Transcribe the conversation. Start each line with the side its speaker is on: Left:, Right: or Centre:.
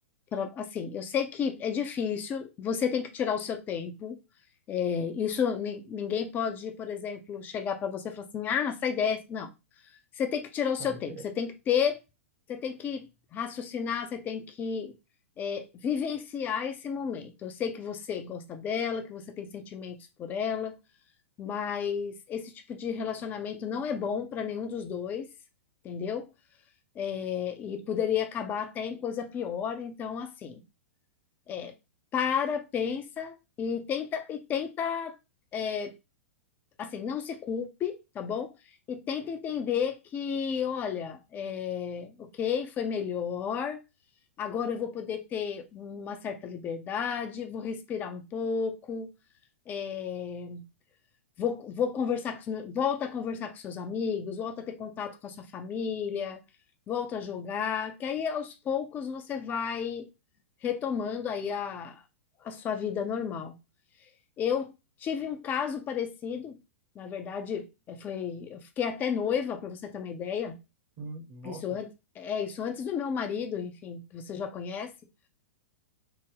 Left: pra- assim, eu sei que é difícil, você tem que tirar o seu tempo. É, isso ni- ninguém pode, por exemplo, chegar para você e falar assim, ah, essa ideia. Não, você tem que tirar o seu
Right: sabe?
Left: tempo,
Right: É,
Left: você tem que ter, você tem que raciocinar, você tem que é, vivenciar esse momento. Eu sei que você gosta dela, que você tem sentimentos por ela, mas esse tipo de relacionamento não é bom para nenhum dos dois, entendeu? É, e poderia acabar até em coisa pior. Então, assim. É, para, pensa e tenta e tenta é, assim, não se culpe, tá bom? E tenta entender que, olha, é, ok, foi melhor. Agora eu vou poder ter uma certa liberdade, vou respirar um pouco, é, Vou, vou conversar com os meus, volta a conversar com seus amigos, volta a ter contato com a sua família, volta a jogar, que aí aos poucos você vai retomando aí a, a sua vida normal. Eu tive um caso parecido, na verdade, eh, foi, eu fiquei até noiva, para você ter uma ideia,
Right: hum, Nossa,
Left: isso antes, é isso antes do meu marido, enfim, que você já conhece,